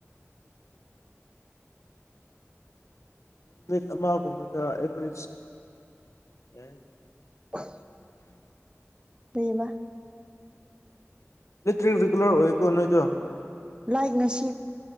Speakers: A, on the left; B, on the right.
A: ꯅꯨꯃꯤꯠ ꯑꯃꯒꯨꯝꯕꯗ ꯑꯦꯚꯔꯦꯖ ꯑꯦ
B: <unintelligible> ꯀꯩꯑꯕ
A: ꯏꯂꯦꯛꯇ꯭ꯔꯤꯛ ꯔꯤꯒꯨꯂꯔ ꯑꯣꯏꯀꯣ ꯅꯣꯏꯗꯨ
B: ꯂꯥꯏꯛ ꯉꯁꯤ